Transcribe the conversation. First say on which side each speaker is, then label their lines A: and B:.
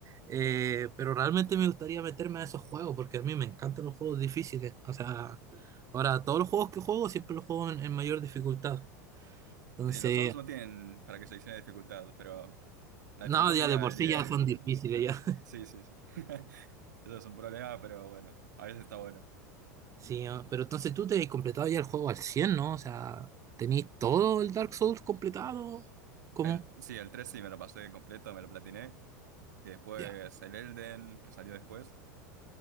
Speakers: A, on the right; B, on the right.
A: Eh, pero realmente me gustaría meterme a esos juegos porque a mí me encantan los juegos difíciles. O sea, ahora todos los juegos que juego siempre los juego en, en mayor dificultad. Entonces,
B: Sí, los Souls no tienen para que seleccione dificultad, pero la
A: no,
B: dificultad
A: ya
B: sería
A: de por
B: el
A: sí
B: nivel.
A: ya son difíciles
B: <laughs>
A: ya. <laughs>
B: Sí, sí, sí. <laughs> Eso es un problema, pero bueno, a veces está bueno.
A: Sí, ah, pero entonces tú te has completado ya el juego al 100, ¿no? O sea, ¿tenéis todo el Dark Souls completado? ¿Cómo?
B: El, sí, el 3 sí me lo pasé completo, me lo platiné. Y después
A: Ya.
B: el Elden, que salió después.